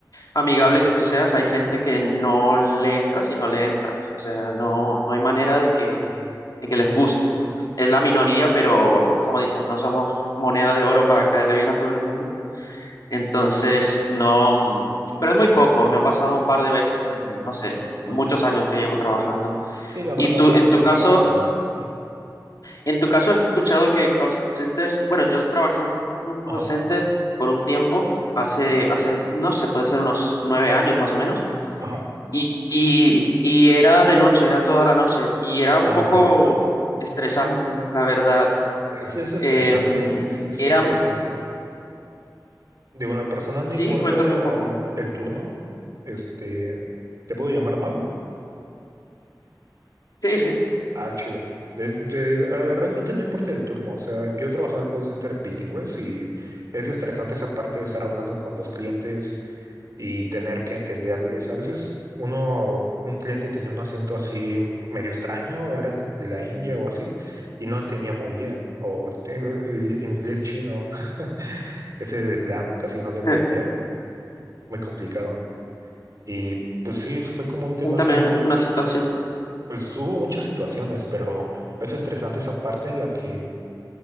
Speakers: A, on the left (about 55°); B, on the right (about 50°).
A: amigable que tú seas, hay gente que no le entras y no le entras. O sea, no, no hay manera de que, de que les gustes. Es la minoría, pero como dicen, no somos moneda de oro para caerle bien a todo el mundo. Entonces, no, mm, pero es muy poco. Me ha pasado un par de veces en, no sé, muchos
B: Ajá.
A: años que llevo trabajando.
B: Sí, la
A: Y
B: verdad
A: tú,
B: no,
A: en
B: es,
A: tu caso,
B: es poco común. Ujú.
A: en tu caso he escuchado que call centers, bueno, yo trabajé en un call
B: Ajá,
A: center por un tiempo. Hace, hace, no sé, puede ser unos nueve años más o menos
B: ajá.
A: Y, y, y era de noche, era toda la noche y era
B: Ah,
A: un poco
B: ok, ok.
A: estresante, la verdad.
B: Es, es estresante,
A: Em,
B: sí, es
A: era,
B: estresante. Digo, en lo personal no
A: sí,
B: importa
A: cuéntame un poco.
B: el, el turno, este, ¿te puedo llamar Mau?
A: Sí, sí,
B: Ah, chido. De- de- ah, realmente no importa el turno, o sea, yo he trabajado en call center bilingües y es estresante esa parte de estar hablando con los clientes y tener que entenderles. A veces uno, un cliente tenía un acento así medio extraño, eran de la India o así, y no entendía muy bien, o te- el, el inglés chino, <laughs> ese de plano, casi no lo entendía,
A: eh,
B: muy complicado. Y pues sí, fue como un tema
A: cuéntame
B: así
A: una, una situación.
B: pues hubo muchas situaciones, pero es estresante esa parte en la que,